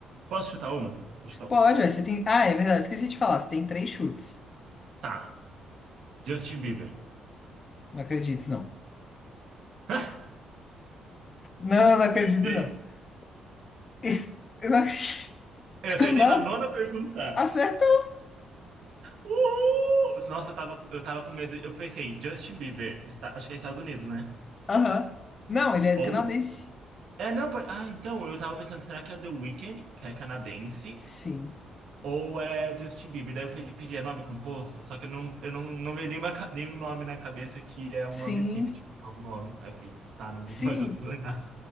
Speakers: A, on the right; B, on the left.
A: Posso chutar uma? Vou chutar
B: Pode,
A: uma.
B: ué, você tem. Ah, é verdade, esqueci de falar. Você tem três chutes.
A: Tá, Justin Bieber.
B: Não acredito, não.
A: <laughs>
B: Não, não
A: Acertei.
B: acredito, não. <laughs> Isso- Eu não acredito.
A: Eu acertei
B: Com nove?
A: na nona pergunta.
B: Acertou!
A: Uhul! Nossa, eu tava, eu tava com medo. Eu pensei, Justin Bieber, está, acho que é Estados Unidos, né?
B: Aham. Não, ele é
A: Ou.
B: canadense.
A: É, não, pode- ah, então, eu tava pensando, será que é The Weeknd, que é canadense?
B: Sim.
A: Ou é Justin Bieber. Daí eu pedi, pedi, é nome composto, só que eu não, eu não, não veio nenhuma, ca- nenhum nome na cabeça que é um
B: Sim.
A: nome simples, tipo, algum nome. Aí eu fiquei, tá, não, não
B: Sim.
A: ajudou em nada.